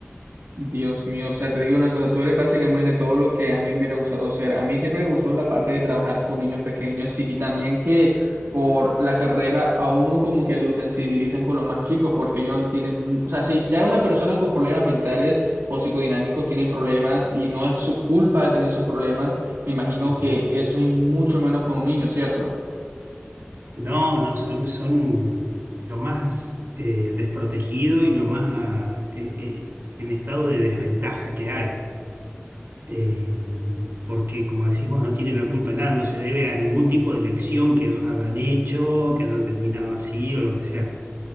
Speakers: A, on the right; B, on the right.
A: Dios mío, o sea, te digo una cosa, tú eres básicamente todo lo que a mí me hubiera gustado ser. A mí siempre me gustó la parte de trabajar con niños pequeños y también que por la carrera a uno como que lo sensibilizan con los más chicos porque ellos tienen, o sea, si ya una persona con problemas mentales o psicodinámicos tienen problemas y no es su culpa de tener esos problemas, me imagino
B: Claro.
A: que eso es mucho menos con un niño, ¿cierto?
B: No, no, son, son lo más eh, desprotegido y lo más ah, eh, eh, en estado de desventaja que hay. eh, porque como decís vos, no tienen la culpa de nada, no se debe a ningún tipo de elección que ellos hayan hecho, que hayan terminado así o lo que sea.